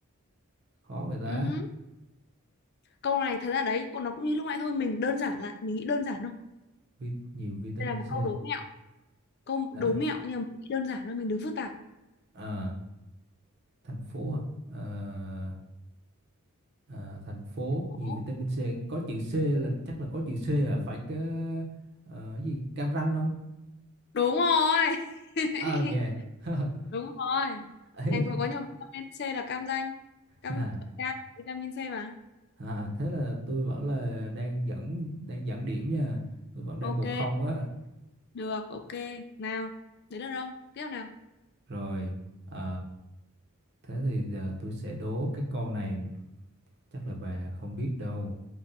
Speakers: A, on the right; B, on the left.
A: khó vậy ta
B: ừ. Câu này thật ra đấy, còn nó cũng như lúc nãy thôi, mình đơn giản lại, mình nghĩ đơn giản thôi.
A: Vi- nhiều vitamin
B: Đây là một
A: C
B: câu đố mẹo, câu đố
A: Ờ,
B: mẹo nhưng mà mình nghĩ đơn giản thôi, mình đừng phức tạp.
A: ờ, thành phố à Ờ, ờ, thành phố
B: Đố.
A: nhiều vitamin C có chữ C là chắc là có chữ C hả phải cái ờ, gì cam ranh không
B: Đúng rồi. <laughs>
A: ờ nhè <laughs>
B: Đúng rồi.
A: Ấy,
B: Thành phố có nhiều vitamin C là cam Ranh, Cam
A: <laughs>
B: cam vitamin C mà.
A: À, thế là tôi vẫn là đang dẫn đang dẫn điểm nha. Tôi vẫn đang
B: Ok.
A: một không á.
B: Được, ok. Nào, đấy được không? Tiếp nào.
A: Rồi à, thế thì giờ tôi sẽ đố cái con này chắc là bà không biết đâu.